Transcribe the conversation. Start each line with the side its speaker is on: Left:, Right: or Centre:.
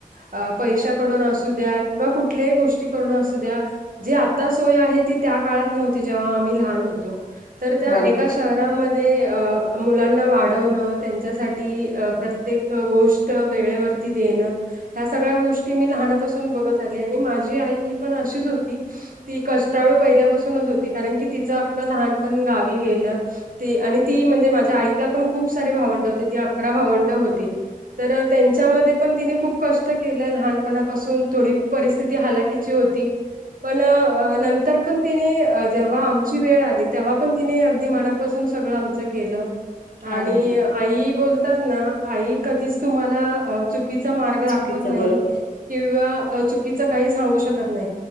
Right: अ पैशाकडून असू द्या किंवा कुठ. कुठल्याही गोष्टी करण असु द्या जे आता सोय आहे ती त्या काळात नव्हती जेव्हा आम्ही लहान होतो. तर त्या
Left: बरोबर.
Right: एका शहरात. यामध्ये मुलांना वाढवण त्यांच्यासाठी प्रत्येक. गोष्ट वेळे वरती देणं. या सगळ्या गोष्टी मी लहानापासून बघत आले आणि माझी आईही पण अशीच होती. ती कष्टाळू पहिल्यापासूनच होती, कारण की तिचं अख्ख लहानपण गावी गे तीला आणि ती म्हणजे माझ्या आईला पण खूप सारे भावंड होते ती अकरा भावंड होती. तर तेच्यामध्ये पण तिने खूप. मोठं केलंय लहानपणापासून, थोडी परिस्थिती हलाकीची होती. पण नंतर पण तिने जेव्हा आमची वेळ. ती आली तेव्हा पण तीने अगदी मनापासून सगळ आमच केल आणि.
Left: अगदीच.
Right: आई बोलतात ना, आई कधीच तुम्हाला चुकीचा मार्ग दाखवत
Left: तिचं
Right: नाही.
Left: बरोबर.
Right: किंवा चुकीचं काही सांगू शकत नाही.